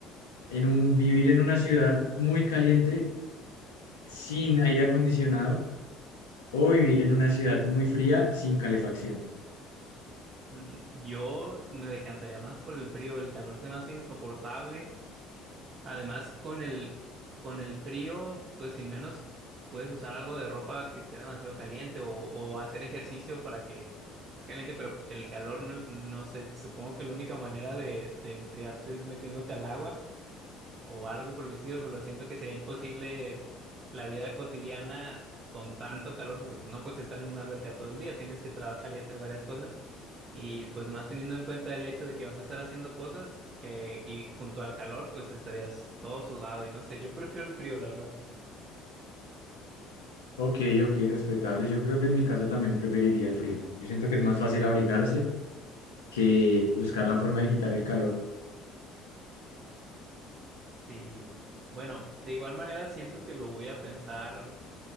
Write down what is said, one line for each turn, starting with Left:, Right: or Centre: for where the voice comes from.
Left: En un, vivir en una ciudad muy caliente sin aire acondicionado o vivir en una ciudad muy fría sin calefacción.
Right: Mm, Yo me decantaría más por el frío, el calor se me hace insoportable. Además, con el, con el frío, pues sin menos puedes usar algo de ropa que esté demasiado caliente o, o hacer ejercicio para que estés caliente, pero el calor no, no sé, supongo que la única manera de, de enfriarte es metiéndote al agua. o algo por el estilo, pero siento que sería imposible la vida cotidiana con tanto calor, porque pues no pues estar en una alberca todo el día, tienes que trabajar y hacer varias cosas. Y pues más teniendo en cuenta el hecho de que vas a estar haciendo cosas eh, y junto al calor, pues estarías todo sudado y no sé, yo prefiero el frío, la verdad.
Left: Ok, ok, respetable. Yo creo que en mi caso también preferiría el frío. Yo siento que es más fácil abrigarse que buscar la forma de quitar el calor.
Right: Sí, bueno, de igual manera siento que lo voy a pensar,